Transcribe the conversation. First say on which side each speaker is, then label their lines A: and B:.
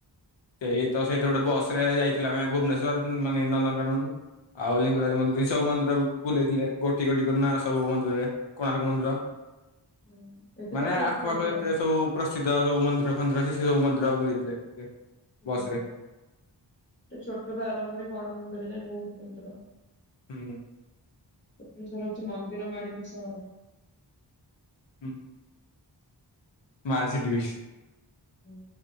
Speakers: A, on the left; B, on the left.
A: ସେଇତ ସେଇଠି ଗୋଟେ ବସ୍ ରେ ଯାଇଥିଲୁ ଆମେ ଭୁବନେଶ୍ବର ମାନେ ନନ୍ଦନକାନନ। ଆଉ ଲିଙ୍ଗରାଜ ମନ୍ଦିର ଏ ସବୁ ମନ୍ଦିର ବି ବୁଲେଇଥିଲେ ଗୋଟି ଗୋଟି କରି ନା ସବୁ ମନ୍ଦିରରେ। କୋଣାର୍କ ମନ୍ଦିର
B: ହୁଁ। ଏଠି
A: ମାନେ
B: ତ ବହୁତ
A: ଆଖପାଖ
B: ମନ୍ଦିର।
A: ଯେତେ ସବୁ ପ୍ରସିଦ୍ଧ ସବୁ ମନ୍ଦିର ଫନ୍ଦିର ଅଛି ସେ ସବୁ ମନ୍ଦିର ବୁଲେଇଥିଲେ।
B: ହୁଁ
A: ବସ ରେ
B: ଛୋଟରୁ ଆରମ୍ଭ କରି ବଡ଼ ମନ୍ଦିର ଯାଏଁ ବୋହୁତ ମନ୍ଦିର।
A: ହୁଁ।
B: ଭୁବନେଶ୍ବର ହୋଉଛି ମନ୍ଦିର ମାଳିନୀ ସହର।
A: ହୁଁ। ମାଲର୍ସିଟ୍ ବି।
B: ହୁଁ